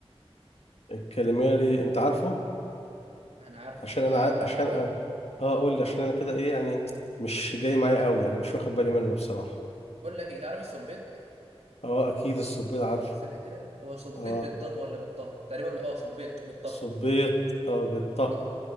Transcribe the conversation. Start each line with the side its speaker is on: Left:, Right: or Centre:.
Left: الكاليماري انت عارفه
Right: انا عارف
Left: عشان
Right: أ-
Left: انا
Right: اقول
Left: ع...
Right: لك
Left: عشان
Right: ايه هو
Left: انا اه قول لي عشان انا كده ايه يعني مش جاي معايا قوي يعني مش واخد بالي منه بصراحة
Right: بقول لك ايه تعرف الصبيط
Left: اه اكيد الصبيط عارفه
Right: ثانية كده هو صبيط
Left: اه
Right: بالضاد ولا بالطه تقريبا اه صبيط بالطه
Left: صبيط اه بالطه
Right: اه